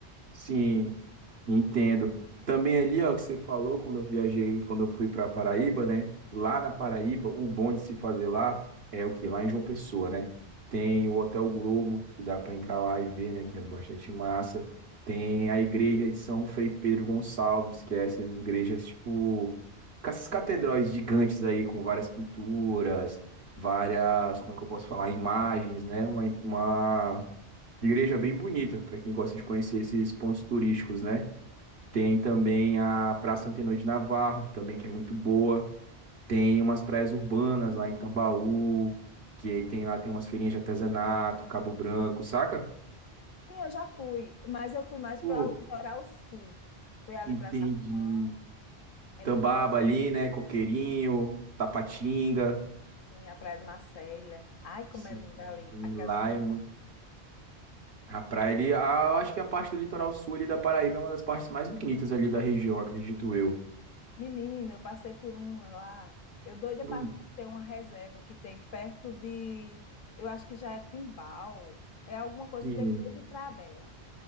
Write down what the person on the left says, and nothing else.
Sim, eu já fui, mas eu fui mais
para o litoral sul. Fui ali
para Tacumã, é
lindo,
sim, a Praia de Marcélia. Ai, como
é linda ali. Aquela...
Menina, eu passei por uma lá. Eu doida
para conhecer uma reserva que tem perto de, eu acho que já é Timbal, é alguma coisa
depois de Praia Bela.